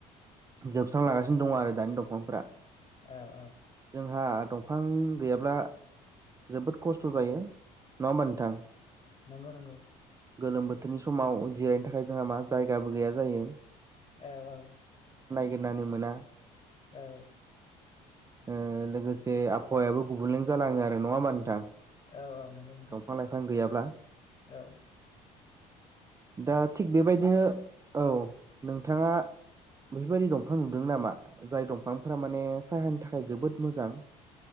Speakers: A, on the right (about 20°); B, on the left (about 35°).
A: जोबस्रां लागासिनो दङ आरो दानि दंफांफोरा।
B: औ औ।
A: जोंहा दंफां गैयाब्ला जोबोद खस्थ' जायो। नङा होमबा नोंथां?
B: नोंगौ नोंगौ।
A: गोलोम बोथोरनि समाव जिरायनो थाखाय जोंहा मा जायगाबो गैया जायो।।
B: औ औ
A: गिरनानै मोना।
B: औ।
A: ओ लोगोसे आबहावायाबो गुबुंलेन जालाङो आरो। नङा होमबा नोंथां?
B: औ औ नोंगौ नोंथां।
A: दंफां लाइफां गैयाब्ला
B: औ।
A: दा थिग बेबायदिनो औ नोंथाङा बेफोरबायदि दंफां नुदों नामा जाय दंफांफोरा माने सायहानि थाखाय जोबोद मोजां?